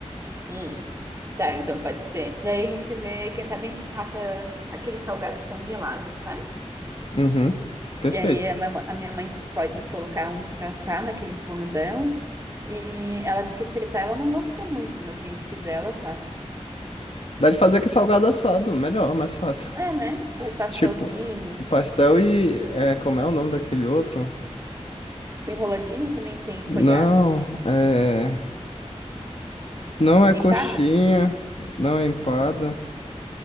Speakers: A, on the right; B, on the left.
A: Hum, tá, então pode ser. Daí a gente vê, quem sabe a gente cata aqueles salgados congelados, sabe?
B: Uhum. Perfeito.
A: E aí a minha, ma- a minha mãe disse que pode colocar uns pra assar naquele forno dela. E ela disse que fritar ela não gosta muito, mas se a gente quiser, ela faz.
B: Dá de fazer que salgado assado, melhor, mais fácil.
A: É, né? Tipo, pastelzinho,
B: Tipo, pastel e. É, como é o nome daquele outro?
A: tipo, enroladinho também tem
B: Não,
A: folhado.
B: é. Não é coxinha,
A: Empada?
B: não é empada.